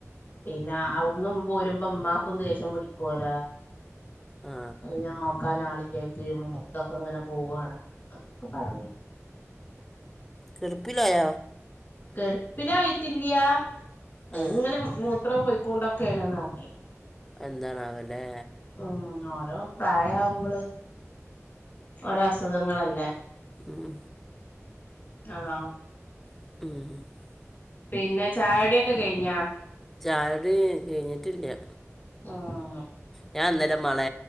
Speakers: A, on the left; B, in the centre.
A: പിന്നെ അവിടന്ന് പോരുമ്പോ ഉമ്മാക്കും ദേഷ്യം പിടിക്കൂല്ല.
B: ആ
A: അത് ഞാന. കനാലിലായിട്ട് മു തൊക്കെ ഇങ്ങനെ പോവുവയാണ്ക്ക പറഞ്ഞത്.
B: കിടപ്പിലായ?
A: കെടുപ്പിനായിട്ടില്ലയ
B: ആ
A: എങ്ങനെ മു,? ത്ര പോയ്ക്കൊണ്ടൊക്കെയ ആണ് ന്ന് പറഞ്ഞു.
B: എന്താണാവലെ?
A: മ് ഓരോ പ്രായ വുമ്പോള് ഓരോ അസുഖങ്ങളല്ലേ?
B: മ്
A: അത
B: <inaudible>
A: പിന്നെ ചായകുടിയൊക്കെ കഴിഞ്ഞാ
B: ചായോടി കഴിഞ്ഞിട്ടില്ല
A: ആഹ
B: ഞാൻ ഇന്നലെ മേളെ